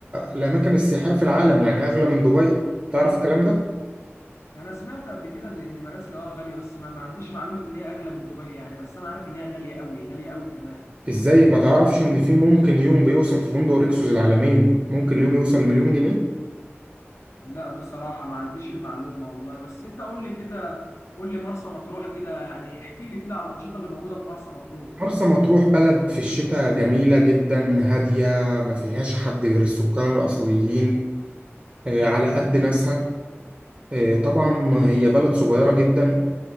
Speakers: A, on the right; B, on the left.
A: الأماكن السياحية في العالم يعني أغلى من دبي تعرف الكلام ده؟
B: انا سمعت قبل كده ان ان مراسي اه غاليه بس ما, ما عنديش معلومه ان هي اغلى من دبي يعني بس انا عارف ان هي غاليه قوي غاليه قوي كمان
A: ازاي ما تعرفش ان في ممكن يوم بيوصل في فندق ريكسوس العالمين ممكن اليوم يوصل لمليون جنيه
B: لا بصراحه ما عنديش المعلومه والله بس انت قول لي كده قول لي مرسى مطروح كده يعني احكي لي كده على الانشطه اللي موجوده في مرسى مطروح
A: مرسى مطروح بلد في الشتاء جميلة جدا هادية ما فيهاش حد غير السكان الأصليين آه، على قد ناسها آه، طبعا هي بلد صغيرة جدا